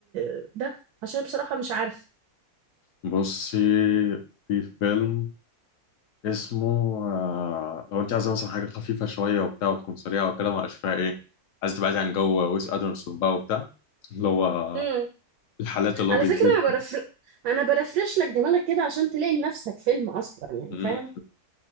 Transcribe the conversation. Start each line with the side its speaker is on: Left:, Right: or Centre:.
Right: آه، ده عشان بصراحه مش عارف
Left: بصي في فيلم اسمه آه، لو انت عايزه مثلا حاجه خفيفه شويه وبتاع وتكون سريعه وكده ما بقاش فيها ايه عايزه تبعدي عن جو ويس ادرسون بقى وبتاع اللي هو
Right: امم
Left: الحالات اللي
Right: على
Left: هو بيثبتها
Right: فكره انا برفر انا برفرش لك دماغك كده عشان تلاقي لنفسك فيلم اصلا يعني
Left: مم.
Right: فاهم